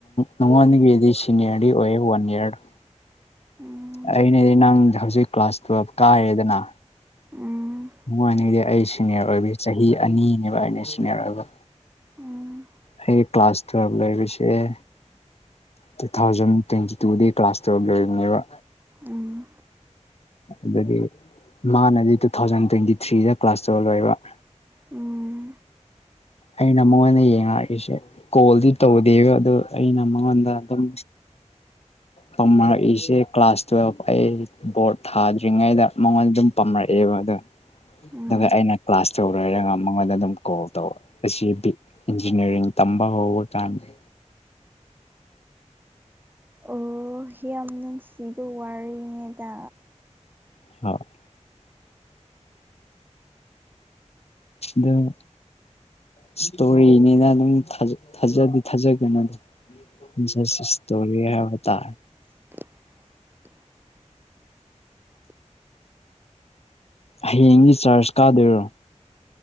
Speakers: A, on the left; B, on the right.
A: ꯅꯉꯣꯟꯗꯒꯤꯗꯤ ꯁꯤꯅꯤꯌꯔꯗꯤ ꯑꯣꯏꯌꯦ ꯋꯥꯟ ꯏꯌꯥꯔ
B: ꯎꯝ
A: ꯑꯩꯅꯗꯤ ꯅꯪ ꯍꯧꯖꯤꯛ ꯀ꯭ꯂꯥꯁ ꯇꯨꯋꯜꯕ ꯀꯥꯏꯔꯦꯗꯅ
B: ꯎꯝ
A: ꯅꯨꯡꯉꯥꯏꯅꯤꯡꯗꯤ ꯑꯩ ꯁꯤꯅꯤꯌꯔ ꯑꯣꯏꯕ ꯆꯍꯤ ꯑꯅꯤꯅꯦꯕ ꯑꯩꯅ ꯁꯤꯅꯤꯌꯔ ꯑꯣꯏꯕ
B: ꯎꯝ
A: ꯑꯩ ꯀ꯭ꯂꯥꯁ ꯇꯕ ꯂꯩꯕꯁ ꯇꯨ ꯊꯥꯎꯖꯟ ꯇ꯭ꯋꯦꯟꯇꯤ ꯇꯨꯗꯒꯤ ꯀ꯭ꯂꯥꯁ ꯇꯧꯔ ꯂꯣꯏꯔꯤꯕꯅꯦꯕ
B: ꯎꯝ
A: ꯑꯗꯨꯗꯤ ꯃꯥꯅꯗꯤ ꯇꯨ ꯊꯥꯎꯖꯟ ꯇ꯭ꯋꯦꯟꯇꯤ ꯊ꯭ꯔꯤꯗ ꯀ꯭ꯂꯥꯁ ꯇꯧꯍꯜꯂꯣꯏꯕ
B: ꯎꯝ
A: ꯑꯩꯅ ꯃꯉꯣꯟꯗ ꯌꯦꯡꯉꯛꯏꯁꯦ ꯀꯣꯜꯗꯤ ꯇꯧꯗꯦꯕ ꯑꯗꯨ ꯑꯩꯅ ꯃꯉꯣꯟꯗ ꯑꯗꯨꯝ ꯄꯝꯅꯔꯛꯏꯁꯦ ꯀ꯭ꯂꯥꯁ ꯇꯨꯋꯦꯜꯐ ꯑꯩ ꯕꯣꯔꯗ ꯊꯥꯗ꯭ꯔꯤꯉꯩꯗ ꯃꯉꯣꯟ ꯑꯗꯨꯝ ꯄꯥꯝꯃꯛꯑꯦꯕ ꯑꯗ
B: ꯎꯝ
A: ꯑꯗꯨꯒ ꯑꯩꯅ ꯀ꯭ꯂꯥꯁ ꯇꯧꯔ ꯍꯥꯏꯔꯒ ꯃꯉꯣꯟꯗ ꯑꯗꯨꯝ ꯀꯣꯜ ꯇꯧꯔꯛꯦ ꯑꯁꯤ ꯏꯟꯖꯤꯅꯤꯌꯥꯔꯤꯡ ꯇꯝꯕ ꯍꯧꯕ ꯀꯥꯟꯅꯤ
B: ꯑꯣ ꯍ ꯌꯥꯝ ꯅꯨꯡꯁꯤꯕ ꯋꯥꯔꯤꯉꯗ
A: ꯍꯥꯎ ꯑꯗꯨꯝ ꯏꯁꯇꯣꯔꯤꯅꯤꯅ ꯑꯗꯨꯝ ꯊꯥꯖꯗꯤ ꯊꯥꯖꯒꯦꯅ ꯑꯗꯨꯝ ꯁ ꯏꯁꯇꯣꯔꯤ ꯌꯥꯕꯇꯥ
B: <unintelligible>
A: ꯍꯌꯦꯡꯒꯤ ꯆꯥꯔꯖ ꯀꯥꯗꯣꯏꯔꯣ